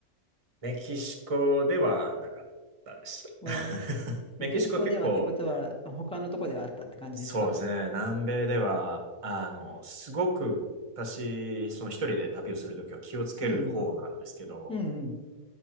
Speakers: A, on the right (about 25°); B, in the centre.
A: メキシコではなかったです。
B: おー、
A: <laughs> メキシコ結構
B: メキシコではってことは、他のとこではあったって感じですか
A: そうですね、南米ではあのすごく私、その一人で旅をするときは気をつける方なんですけど、
B: うん。うん。うんうん。